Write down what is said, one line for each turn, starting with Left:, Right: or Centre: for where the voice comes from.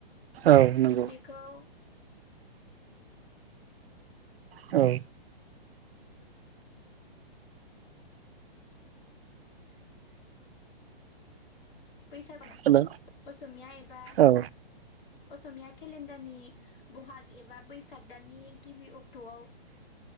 Right: औ नंगौ
Left: बेखौ
Right: औ
Left: फैसा <unintelligible>
Right: हेल'
Left: असमिया एबा
Right: औ
Left: असमिया केलेन्डारनि बहाग एबा बैसाग दाननि गिबि अक्ट'आव